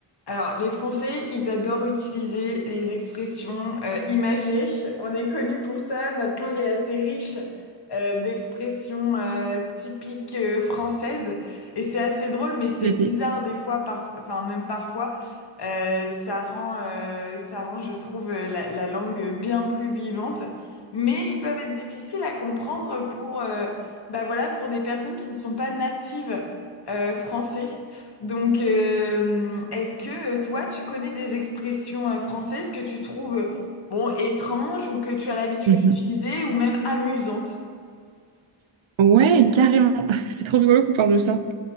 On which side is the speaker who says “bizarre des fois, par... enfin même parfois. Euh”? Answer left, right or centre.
Left